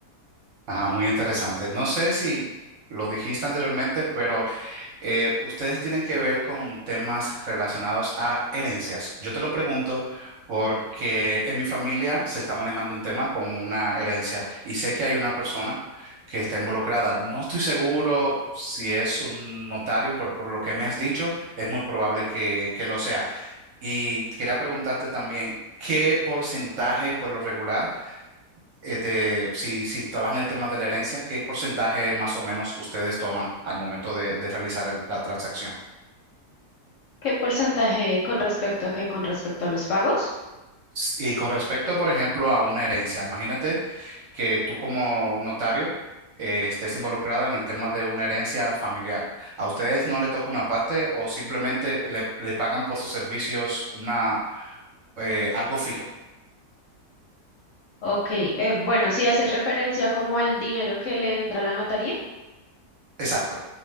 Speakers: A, on the right; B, on the left.
A: Ah, muy interesante. No sé si lo dijiste anteriormente, pero eh, ustedes tienen que ver con temas relacionados a herencias. Yo te lo pregunto porque en mi familia se está manejando un tema con una herencia y sé que hay una persona que está involucrada. No estoy seguro si es un notario, pero por lo que me has dicho, es muy probable que, que lo sea. Y quería preguntarte también, ¿qué porcentaje por lo regular, eh, de, si, si trabajan el tema de la herencia, qué porcentaje más o menos ustedes toman al momento de de realizar el- la transacción?
B: ¿Qué porcentaje con respecto a qué? ¿Con respecto a los pagos?
A: Y con respecto, por ejemplo, a una herencia, imagínate que tú como notario eh, estés involucrada en el tema de una herencia familiar. ¿A ustedes no le toca una parte o simplemente le, le pagan por sus servicios una, eh, algo fijo?
B: Ok, eh, bueno, sí hace referencia como al dinero que le entra a la notaría.
A: Exacto.